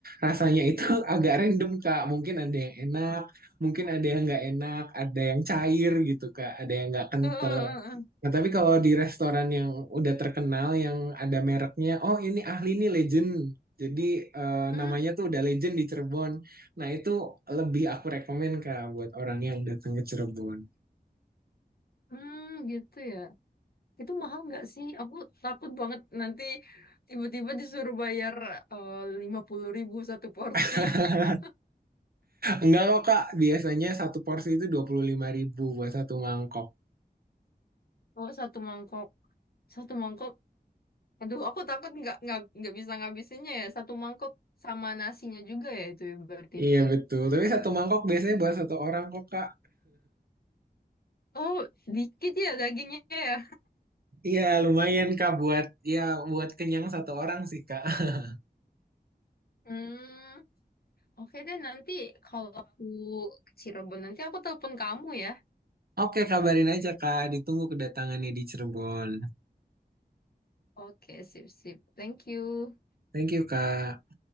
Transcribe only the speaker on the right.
rasanya itu <laughs> agak random, Kak. Mungkin ada yang enak, mungkin ada yang nggak enak, ada yang cair gitu, Kak. Ada yang nggak kental.
Nah, tapi kalau di restoran yang udah terkenal, yang ada mereknya, oh ini ahli nih legend. Jadi eh,
namanya tuh udah legend di Cirebon. Nah, itu lebih aku rekomen Kak buat orang yang datang ke Cirebon.
<laughs>
Enggak kok Kak, biasanya satu porsi itu dua puluh lima ribu buat satu mangkok.
Iya betul, tapi satu mangkok biasanya buat satu orang kok Kak.
Iya, lumayan Kak buat ya buat kenyang satu orang sih Kak. <laughs>
Oke, kabarin aja Kak, ditunggu kedatangannya di Cirebon.
Thank you Kak.